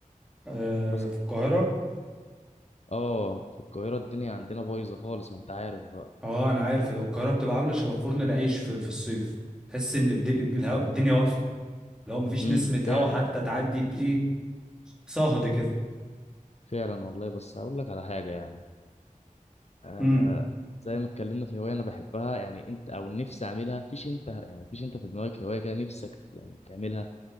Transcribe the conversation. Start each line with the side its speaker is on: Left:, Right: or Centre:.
Centre: آه
Left: بس
Centre: في القاهره
Left: اه في القاهره الدنيا عندنا بايظه خالص ما انت عارف بقى
Centre: اه انا عارف هو القاهره بتبقى عامله شبه فرن العيش في, في الصيف تحس ان الدنيا, الهوا... الدنيا واقفه لو مفيش
Left: امم
Centre: نسمه
Left: فعلا
Centre: هوا حتى تعدي ت- ايه صهد كده
Left: فعلا والله بس هقول لك على حاجة يعني آه
Centre: امم
Left: زي ما اتكلمنا في هواية أنا بحبها يعني أنت أو نفسي أعملها مفيش أنت يعني مفيش أنت في دماغك هواية كده نفسك يعني تعملها